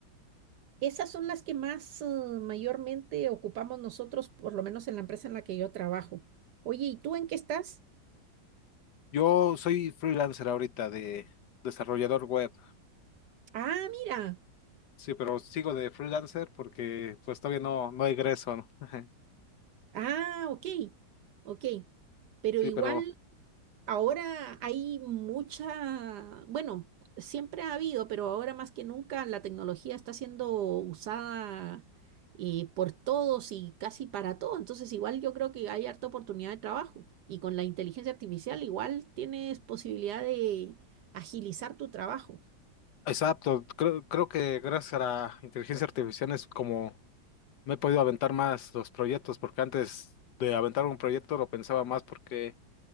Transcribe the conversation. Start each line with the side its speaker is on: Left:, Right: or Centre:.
Right: esas son las que más eh, mayormente ocupamos nosotros, por lo menos en la empresa en la que yo trabajo. Oye, ¿y tú en qué estás?
Left: Yo soy freelancer ahorita de desarrollador web.
Right: Ah, mira.
Left: Sí, pero sigo de freelancer porque pues todavía no, no egreso, ¿no? <laughs>
Right: Ah, ok, ok. Pero
Left: Sí,
Right: igual
Left: pero
Right: ahora hay mucha, bueno, siempre ha habido, pero ahora más que nunca la tecnología está siendo usada eh, por todos y casi para todo. Entonces igual yo creo que hay harta oportunidad de trabajo. Y con la inteligencia artificial igual tienes posibilidad de agilizar tu trabajo.
Left: exacto. Creo, creo que gracias a la inteligencia artificial es como No he podido aventar más los proyectos porque antes de aventar un proyecto lo pensaba más porque